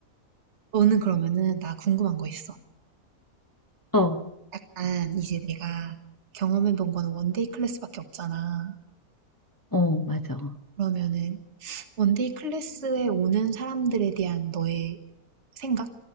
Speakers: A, on the right (about 50°); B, on the left (about 20°).
A: 너는 그러면은, 나 궁금한 거 있어.
B: 어,
A: 약간 이제 내가 경험해 본 거는 원데이 클래스밖에 없잖아.
B: 어, 맞아.
A: 그러면은 원데이 클래스에 오는 사람들에 대한 너의 생각?